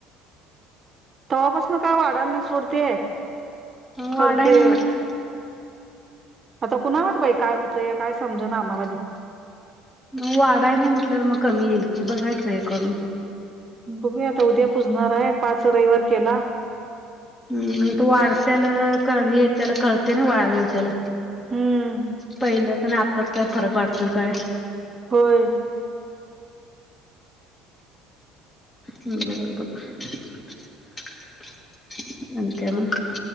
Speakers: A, on the right; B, on the left.
A: तेव्हापासून काय वाढायला नाही सोड ते.
B: मग
A: खरं
B: वाढाय
A: ते
B: नाही म्हटलं.
A: आता कुणावत बाई काय होतं, या काय समज ना आम्हाला बी.
B: मग वाढायं नाही म्हटल्यार मगं कमी येईल कि बघायचं हे करून.
A: बघूया आता उद्या पुजणार आहे. पाच रविवार केला.
B: हम तू वाढत्याल कमी हे येत्याल कळतय ना वा हे होत्याल.
A: हम्म
B: पहिलं तेन आतात काय फरक वाटतोय काय?
A: होय
B: ह बरं बरं आणि काय मग?